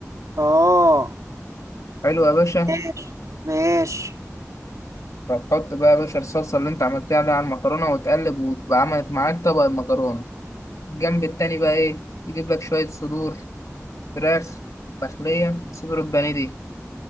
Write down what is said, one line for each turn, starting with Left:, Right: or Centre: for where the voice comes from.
Right: اه
Left: حلو يا باشا
Right: ماشي ماشي
Left: فتحط بقى يا باشا الصلصة اللي انت عملتها دي على المكرونة وتقلب وتبقى عملت معاك طبق المكرونة الجنب التاني بقى ايه يجيب لك شوية صدور فراخ مخلية صدور البانيه دي